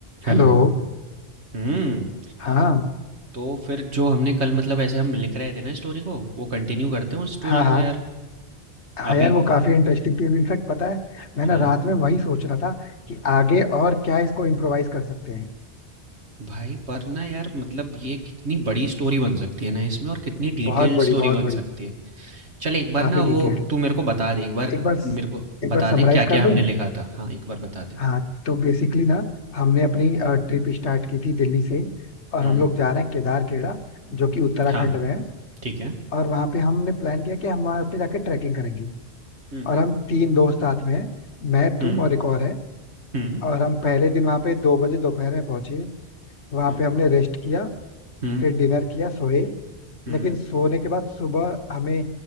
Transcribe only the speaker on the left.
Hello
हाँ
हाँ
हाँ
हाँ
यार वो काफी इंटरेस्टिंग थी इनफैक्ट पता है मैं ना
रात में वही सोच रहा था कि आगे और क्या इसको इम्प्रोवाइज कर सकते हैं
बहुत बड़ी
बहुत
बड़ी
काफी
डिटेल्ड
एक बार
एक बार
समराइज
कर दूं
हाँ तो बेसिकली ना हमने अपनी ट्रिप स्टार्ट की थी दिल्ली से और
हम लोग जा रहे हैं केदार केड़ा जो कि उत्तराखंड
में है
और वहां पे हमने प्लान किया कि हम वहां पे जाके ट्रैकिंग करेंगे
और हम तीन दोस्त साथ में हैं मैं
तुम और एक और है
और हम पहले दिन वहां पे दो बजे दोपहर में पहुंचे वहां
पे हमने रेस्ट किया
फिर डिनर किया सोए
लेकिन सोने के बाद सुबह हमें